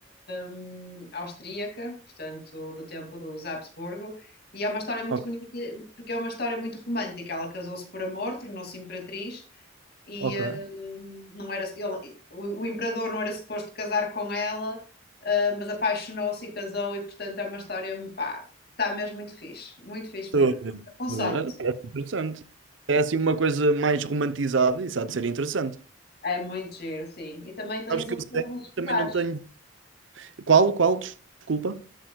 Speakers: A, on the left; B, on the right.
A: hum, austríaca, portanto, do tempo dos Habsburgo, e é uma história muito
B: Ok,
A: bonita, porque é uma história muito romântica. Ela casou-se por amor, tornou-se imperatriz, e
B: ok.
A: hum, não era, ele- o, o imperador não era suposto casar com ela, ah, mas apaixonou-se e casou, e portanto é uma história, pá, está mesmo muito fixe, muito fixe
B: Estou
A: mesmo.
B: a ver,
A: Aconselho-te.
B: estou a ver. Ah, parece interessante. É assim uma coisa mais romantizada, isso há de ser interessante.
A: É muito giro, sim. E também tens
B: Sabes que
A: um
B: eu
A: filme
B: sei,
A: de estudar.
B: também não tenho Qual, qual? Desculpa.